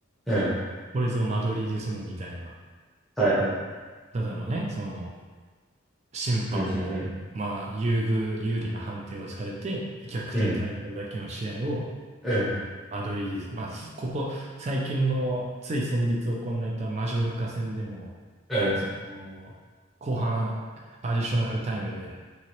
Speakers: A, in the centre; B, on the right.
A: うん。
B: これぞマドリーディスモみたいな、
A: はいはい。
B: ただのね、その審判を、
A: うん、うん、うん。
B: まあ、優遇、有利な判定をされて、逆転されただけの試合を、
A: うん、うん、
B: はいマドリーです。まあ、すここ、最近の、つい先日行われたマジョルカ戦でも、
A: うん。
B: その、後半、アディショナルタイムで、